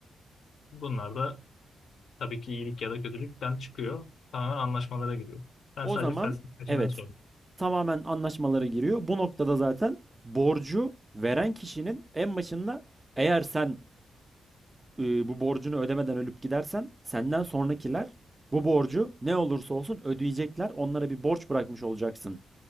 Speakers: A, on the left; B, on the right.
A: Bunlar da tabii ki iyilik ya da kötülükten çıkıyor. Tamamen anlaşmalara giriyor. Ben
B: o
A: sadece
B: zaman
A: felsefeciden
B: evet
A: sordum.
B: tamamen anlaşmalara giriyor. Bu noktada zaten borcu veren kişinin en başında eğer sen e, bu borcunu ödemeden ölüp gidersen senden sonrakiler bu borcu ne olursa olsun ödeyecekler. Onlara bir borç bırakmış olacaksın